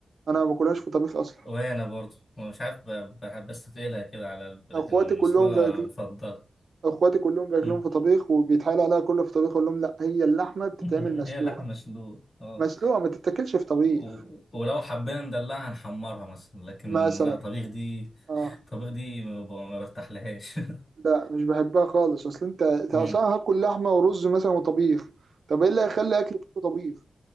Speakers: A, on the right; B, on the left.
A: انا ما باكلهاش في طبيخ اصلا
B: وأنا برضو مش عارف ب- بحب بستثقلها كده على الب- لكن
A: اخواتي كلهم
B: مسلوقة
A: بياكلوا
B: مفضلة
A: اخواتي كلهم بياكلوهم
B: أمم.
A: في طبيخ وبيتحايل عليها كله في طبيخ اقول لهم لا هي اللحمه بتتعمل
B: <laughs>
A: مسلوقه
B: هي اللحمة المسلوقة اه
A: مسلوقه ما تتاكلش في طبيخ
B: و- ولو حبينا ندلعها نحمرها مثلا لكن
A: مثلا
B: لا طبيخ دي
A: اه
B: طبيخ دي ما ب- ما برتاحلهاش <laughs>
A: لا مش بحبها خالص اصل انت انت
B: أمم.
A: اصلا هاكل لحمه ورز مثلا وطبيخ طب ايه اللي هيخلي اكل كله طبيخ